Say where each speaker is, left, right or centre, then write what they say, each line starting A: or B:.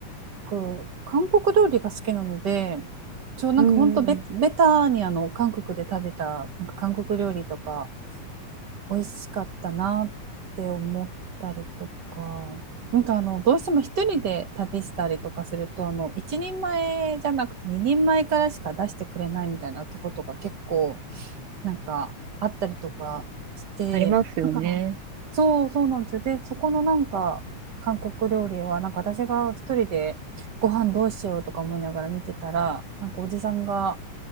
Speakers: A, on the right; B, on the right.
A: 国、韓国料理が好きなので、そう、なんか本当ベ、
B: うん、うん、
A: ベタにあの、韓国で食べた、なんか韓国料理とか、美味しかったなって思ったりとか、なんかあのどうしても一人で旅したりとかすると、あの一人前じゃなくて二人前からしか出してくれないみたいなとことか結構なんかあったりとかして、
B: ありますよね。
A: なんかそうそうなんですよ。で、そこのなんか韓国料理はなんか私が一人でご飯どうしようとか思いながら見てたら、なんかおじさんが